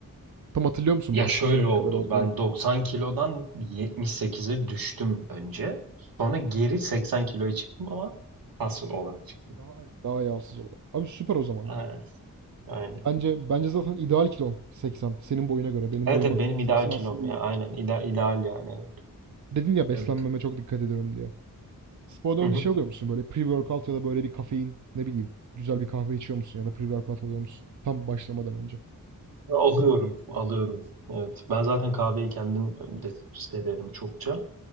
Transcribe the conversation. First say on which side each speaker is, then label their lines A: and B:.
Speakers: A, on the right (about 55°); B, on the right (about 85°).
A: Tam hatırlıyor musun
B: Ya
A: başladığında
B: şöyle
A: ne
B: oldu.
A: kadar olduğunu?
B: Ben 90 kilodan 78'e düştüm önce. Sonra geri 80 kiloya çıktım ama kas olarak çıktım.
A: Daha aynı. Daha yağsız olarak. Abi süper o zaman
B: Aynen.
A: ya.
B: Aynen.
A: Bence bence zaten ideal kilon 80. Senin boyuna göre, benim
B: Evet,
A: boyuma
B: evet
A: göre
B: benim
A: 80
B: ideal
A: aslında
B: kilom
A: iyi.
B: ya. Aynen. İdeal, ideal yani. Evet.
A: Dedin ya beslenmeme
B: Evet.
A: çok dikkat ediyorum diye. Spordan
B: Hı hı.
A: önce şey alıyor musun böyle pre-workout ya da böyle bir kafein ne bileyim güzel bir kahve içiyor musun ya da pre-workout alıyor musun tam başlamadan önce?
B: Ya Alıyorum. Alıyorum. Evet. Ben zaten kahveyi kendim de severim çokça.